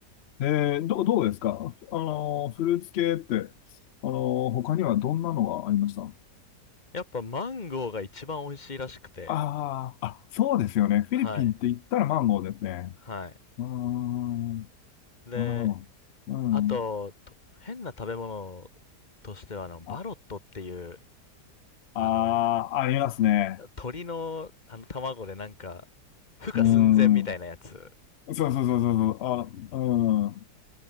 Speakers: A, on the left (about 85°); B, on the left (about 25°).
A: えー、どう、どうですかあのー、フルーツ系って、あのー、他にはどんなのがありました
B: やっぱ、マンゴーが一番美味しいらしくて、
A: ああー、あ、そうですよね。フィリピンって言ったらマンゴーですね。
B: はい。はい。
A: うーん、
B: で、
A: なるほど。うん。
B: あと、と変な食べ物としては、あの、バロットっていう、
A: あ、
B: あの、
A: ああありますね。
B: 鳥の、あの、卵でなんか、孵化寸前みたいなやつ。
A: うーん。そうそうそうそうそう。あ、うん、